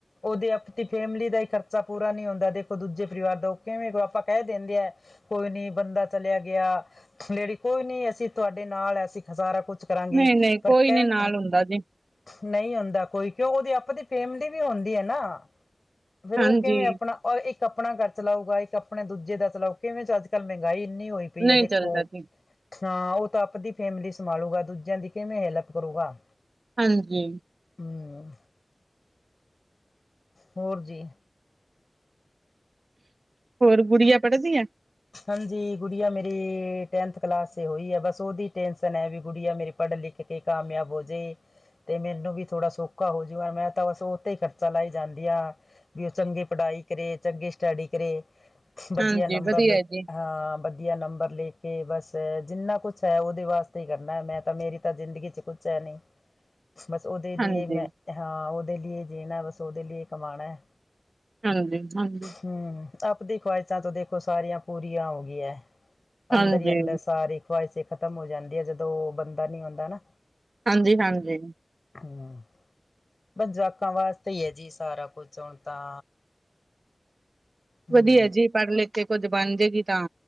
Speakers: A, on the left; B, on the right.
A: ਓਦੇ ਆਪਦੀ ਫੈਮਿਲੀ ਦਾ ਹੀ ਖਰਚਾ ਪੂਰਾ ਨਈ ਹੁੰਦਾ, ਦੇਖੋ ਦੂਜੇ ਪਰਿਵਾਰ ਦਾ ਓ ਕਿਵੇਂ ਕਰੂ ਆਪਾਂ ਕੈ ਦਿੰਦੇ ਆ ਕੋਈ ਨੀ ਬੰਦਾ ਚਲਿਆ ਗਿਆ, ਲੇਡੀ ਕੋਈ ਨੀ ਅਸੀਂ ਤੁਹਾਡੇ ਨਾਲ ਐਸੀ ਸਾਰਾ ਕੁਛ ਕਰਾਂਗੇ,
B: ਨਹੀਂ-ਨਹੀਂ
A: ਪਰ
B: ਕੋਈ
A: ਕਹਿਣ
B: ਨੀ ਨਾਲ ਹੁੰਦਾ ਜੀ,
A: ਨਈ ਹੁੰਦਾ ਕੋਈ, ਕਿਉਂ ਉਹਦੀ ਆਪਦੀ ਫੈਮਿਲੀ ਵੀ ਹੁੰਦੀ ਐ ਨਾ ਫਿਰ ਉਹ
B: ਹਾਂਜੀ,
A: ਕਿਵੇਂ ਆਪਣਾ ਔਰ ਇੱਕ ਆਪਣਾ ਘਰ ਚਲਾਊਗਾ ਇੱਕ ਆਪਣੇ ਦੂਜੇ ਦਾ ਚਲਾਉ ਕਿਵੇਂ ਚ ਅੱਜ-ਕਲ ਮਹਿੰਗਾਈ ਇਨੀ ਹੋਈ ਪਈ
B: ਨਹੀਂ
A: ਆ ਦੇਖੋ,
B: ਚੱਲਦਾ ਜੀ,
A: ਹਾਂ ਉਹ ਤਾਂ ਆਪਦੀ ਫੈਮਿਲੀ ਸੰਭਾਲੂਗਾ ਦੂਜਿਆਂ ਦੀ ਕਿਵੇਂ ਹੈਲਪ ਕਰੂਗਾ
B: ਹਾਂ ਜੀ,
A: ਹੂੰ, ਹੋਰ ਜੀ
B: ਹੋਰ ਗੁੜੀਆਂ ਪੜਦੀ ਐ
A: ਹਾਂਜੀ ਗੁੜੀਆ ਮੇਰੀ, ਟੈਂਨਥ ਕਲਾਸ ਚ ਹੋਈ ਹੈ ਬਸ ਉਹਦੀ ਟੈਂਸ਼ਨ ਹੈ ਵੀ ਗੁੜੀਆ ਮੇਰੀ ਪੜ ਲਿਖ ਕੇ ਕਾਮਯਾਬ ਹੋਜੇ ਤੇ ਮੈਨੂੰ ਵੀ ਥੋੜਾ ਸੌਖਾ ਹੋਜੂ ਮੈਂ ਤਾਂ ਬਸ ਓਤੇ ਈ ਖਰਚਾ ਲਾਈ ਜਾਂਦੀ ਆ। ਵੀ ਓ ਚੰਗੀ ਪੜ੍ਹਾਈ ਕਰੇ ਚੰਗੀ ਸਟੱਡੀ ਕਰੇ, ਵਦੀਆ
B: ਹਾਂਜੀ,
A: ਨੰਬਰ
B: ਵਧੀਆ
A: ਲੇ
B: ਜੀ,
A: ਹਾਂ ਵਦੀਆ ਨੰਬਰ ਲੇ ਕੇ ਬਸ ਜਿੰਨਾ ਕੁਛ ਐ ਓਦੇ ਵਾਸਤੇ ਈ ਕਰਨੈ ਮੈਂ ਤਾਂ ਮੇਰੀ ਤਾਂ ਜ਼ਿੰਦਗੀ ਚ ਕੁਚ ਹੈ ਨੀ। ਬਸ ਓਦੇ ਲੀਏ
B: ਹਾਂਜੀ,
A: ਮੈਂ, ਹਾਂ ਓਦੇ ਲੀਏ ਜੀਨੈ ਬਸ ਓਦੇ ਲੀਏ ਕਮਾਨੈ।
B: ਹਾਂਜੀ-ਹਾਂਜੀ।
A: ਹੂੰ, ਆਪਦੀ ਖਵਾਇਤਾਂ ਤਾ ਦੇਖੋ ਸਾਰੀਆਂ ਪੂਰੀਆਂ ਹੋ ਗੀਆਂ। ਅੰਦਰ
B: ਹਾਂਜੀ,
A: ਈ ਅੰਦਰ ਸਾਰੀ ਖੁਵਾਇਸੇ਼ ਖ਼ਤਮ ਹੋ ਜਾਂਦੀ ਐ ਜਦੋਂ ਓ ਬੰਦਾ ਨੀ ਔਂਦਾ ਨਾ।
B: ਹਾਂਜੀ-ਹਾਂਜੀ।
A: ਹੂੰ, ਬਸ ਜਵਾਕਾਂ ਵਾਸਤੇ ਈ ਐ ਜੀ ਸਾਰਾ ਕੁਛ ਹੁਨ ਤਾਂ ਹੂੰ,
B: ਵਦੀਐ ਜੀ ਪੜ ਲਿਖ ਕੇ ਕੁੱਝ ਬਨਜੇ ਗੀ ਤਾਂ